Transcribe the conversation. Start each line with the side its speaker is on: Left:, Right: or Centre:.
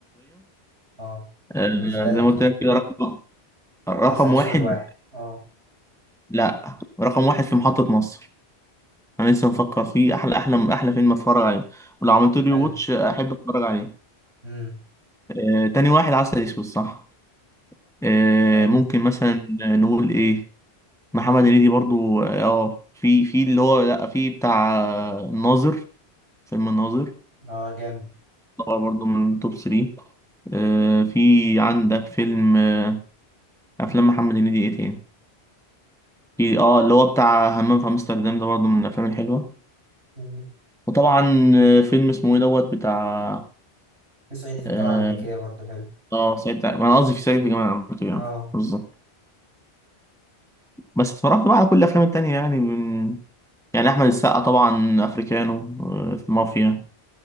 Right: اه
Centre: آه
Right: بالنسبة لك
Centre: زي ما قلت
Right: يعني
Centre: لك كده رقم رقم
Right: عسل أسود
Centre: واحد
Right: واحد اه
Centre: لا رقم واحد في محطة مصر أنا لسه مفكر فيه أحلى أحلى أحلى فيلم أتفرج عليه ولو عملت لي
Right: حلو
Centre: واتش أحب أتفرج عليه
Right: امم
Centre: آه تاني واحد عسل أسود صح آه،
Right: حلو
Centre: ممكن مثلا نقول ايه محمد هنيدي برضو اه في في اللي هو لا في بتاع الناظر فيلم الناظر
Right: اه جامد
Centre: طبعا برضو من توب 3 آه، في عندك فيلم آه، افلام محمد هنيدي ايه تاني في اه اللي هو بتاع همام في امستردام ده برضو من الافلام الحلوه
Right: مم.
Centre: وطبعا آه، فيلم اسمه ايه دوت بتاع
Right: في صعيدي في الجامعة
Centre: اه
Right: الأمريكية برضو حلو
Centre: آه، سعيد تق- انا قصدي في سعيد في جمال عبد العاطف يعني
Right: اه
Centre: بالظبط بس اتفرجت بقى على كل الافلام التانية يعني من يعني احمد السقا طبعا افريكانو آه، في مافيا